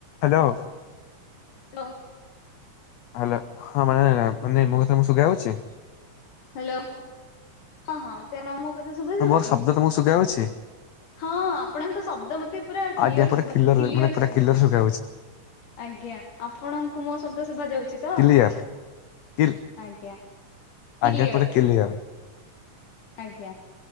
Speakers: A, on the left (about 70°); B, on the left (about 85°).
A: Hello.
B: Hello.
A: Hello ହଁ ମାନେ ମାନେ ମୁଁ ତମ ଶୁଗାଯାଉଛି।
B: ହାଲୋ ହଁ ହଁ ତ ମୁ <inaudible> ଶୁଭ
A: ହଁ
B: ଯାଉଛି?
A: ମୋର ଶବ୍ଦ ତମକୁ ଶୁଗା ଯାଉଛି?
B: ହଁ ଆପଣଙ୍କ ଶବ୍ଦ ମତେ ପୁରା
A: ଆଜ୍ଞା
B: କ୍ଲିଅର
A: ପୁରା
B: ଶୁଭା
A: କିଲର
B: କିଲିଅର
A: ମାନେ ପୁରା
B: ଶୁଭା
A: କିଲର
B: ଯାଉଛି।
A: ଶୁଗା
B: ଆଜ୍ଞା ଆପଣଙ୍କୁ ମୋ ଶବ୍ଦ ଶୁଭା ଯାଉଛି ତ
A: କିଲିୟର କିଲ
B: ଆଜ୍ଞା। କ୍ଲିୟର
A: ଆଜ୍ଞା ପରେ କିଲିଅର।
B: ଆଜ୍ଞା।